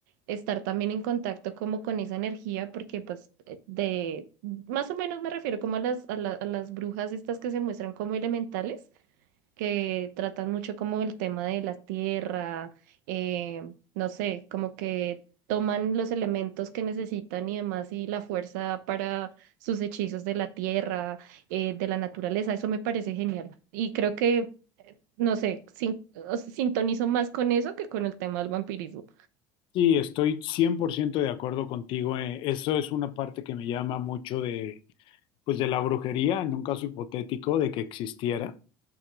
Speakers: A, on the right; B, on the left.
A: estar también en contacto como con esa energía, porque pues eh, de, más o menos me refiero como a las, a la- a las brujas estas que se muestran como elementales que tratan mucho como el tema de la tierra, eh, no sé, como que toman los elementos que necesitan y demás y la fuerza para sus hechizos de la tierra, eh, de la naturaleza, eso me parece genial. Y creo que, no sé, sin- o sea, sintonizo más con eso que con el tema del vampirismo.
B: sí, estoy cien por ciento de acuerdo contigo. eh, Eso es una parte que me llama mucho de, pues de la brujería, en un caso hipotético de que existiera.